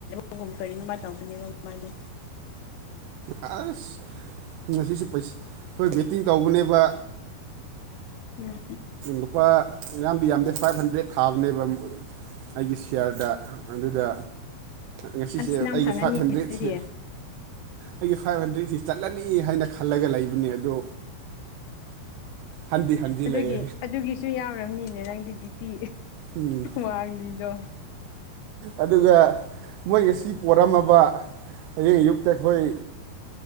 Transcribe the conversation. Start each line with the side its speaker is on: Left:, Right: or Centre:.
Left: ꯕꯒꯨꯝ ꯀꯔꯤꯅꯣ ꯃꯥ ꯇꯧꯕꯅꯦꯕ ꯃꯥꯗꯤ
Right: ꯑꯁ ꯉꯁꯤꯁꯦ ꯑꯩꯈꯣꯏ ꯕꯦꯠꯇꯤꯡ ꯇꯧꯕꯅꯦꯕ
Left: ꯎꯝ
Right: ꯂꯨꯄꯥ ꯑꯌꯥꯝꯗꯤ ꯌꯥꯝꯗꯦ ꯐꯥꯏꯚ ꯍꯟꯗ꯭ꯔꯦꯠ ꯊꯥꯕꯅꯦꯕ ꯑꯩꯒꯤ ꯁꯤꯌꯥꯔꯗ ꯑꯗꯨꯗ ꯉꯁꯤꯁꯦ
Left: ꯑꯁ ꯅꯪ
Right: ꯑꯩꯒꯤ
Left: ꯐꯪꯉꯅꯤꯅꯦ
Right: ꯐꯥꯏꯚ ꯍꯟꯗ꯭ꯔꯦꯠꯁꯦ
Left: ꯑꯗꯨꯗꯤ
Right: ꯑꯩꯒꯤ ꯐꯥꯏꯚ ꯍꯟꯗ꯭ꯔꯦꯠꯁꯤ ꯆꯠꯂꯅꯤ ꯍꯥꯏꯅ ꯈꯜꯂꯒ ꯂꯩꯕꯅꯦ ꯑꯗꯣ ꯍꯟꯗꯤ ꯍꯟꯖꯤꯂꯛꯑꯦ
Left: ꯑꯗꯨꯒꯤ ꯑꯗꯨꯒꯤꯁꯨ ꯌꯥꯎꯔꯝꯅꯤꯅꯦ ꯅꯪꯗꯤ ꯕꯤ ꯄꯤ
Right: ꯎꯝ
Left: ꯋꯥꯡꯂꯤꯗꯣ
Right: ꯑꯗꯨꯒ ꯃꯣꯏ ꯉꯁꯤ ꯄꯣꯔꯝꯃꯕ ꯍꯌꯦꯡ ꯑꯌꯨꯛ ꯇ ꯈꯣꯏ